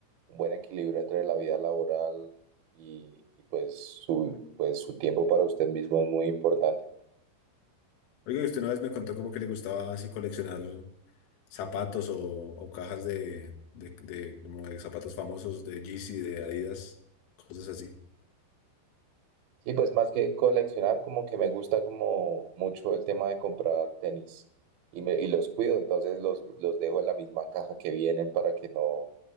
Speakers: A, on the right; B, on the left.
A: un buen equilibrio entre la vida laboral y, y, pues, su, pues su tiempo para usted mismo es muy importante.
B: Oiga, y usted una vez me contó como que le gustaba así coleccionar zapatos o, o cajas de, de, de- como de zapatos famosos de Yeezy, de Adidas, cosas así.
A: Sí, pues más que coleccionar, como que me gusta como mucho el tema de comprar tenis y, me, y los cuido, entonces los, los dejo en la misma caja que vienen para que no,